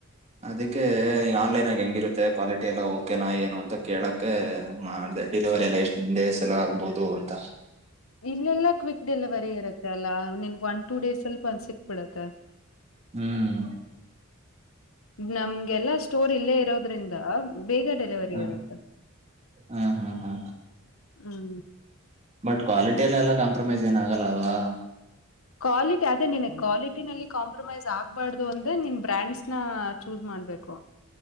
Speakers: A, on the right; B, on the left.
A: ಅದಕ್ಕೆ ಈ ಆನ್ಲೈನ್ ಆಗಿ ಹೆಂಗಿರುತ್ತೆ ಕ್ವಾಲಿಟಿ ಎಲ್ಲ ಓಕೆನಾ ಏನು ಅಂತ ಕೇಳಕ್ಕೆ. ಮಾಡ್ದ ಡಿಲಿವರಿ ಎಲ್ಲ ಎಷ್ಟ್ ಡೇಸ್ಸಲ ಆಗ್ಬೋುದು ಅಂತ.
B: ಇಲ್ಲೆಲ್ಲ ಕ್ವಿಕ್ ಡೆಲಿವರಿ ಇರುತ್ತೆ ಅಲ್ಲಾ ನಿನ್ಗ್ ಒನ್ ಟೂ ಡೇಸ್ ಅಲ್ಲಿ ಬಂದ ಸಿಕ್ಬಿಡತ್ತೆ.
A: ಹ್ಮ್
B: ನಮ್ಗೆಲ್ಲಾ ಸ್ಟೋರ್ ಇಲ್ಲೇ ಇರೋದ್ರಿಂದ. ಬೇಗ ಡೆಲಿವರಿ
A: ಹ
B: ಇರುತ್ತೇ
A: ಹಾ ಹಾ ಹಾ
B: <unintelligible> ಹ್ಞ.
A: ಬಟ್ ಕ್ವಾಲಿಟಿ ಎಲ್ಲ ಕಾಂಪ್ರಮೈಸ್ ಏನ ಆಗಲ್ಲ ಅಲ್ವಾ.
B: ಕ್ವಾಲಿಟಿ ಅದೇ ನಿಿನ ಕ್ವಾಲಿಟಿನಲ್ಲಿ ಕಾಂಪ್ರಮೈಸ್ ಆಗ್ಬಾರ್ದು ಅಂದೆನ್ ಬ್ರ್ಯಾಂಡ್ಸ್ನ. ಚೂಸ್ ಮಾಡ್ಬೇಕು. <inaudible>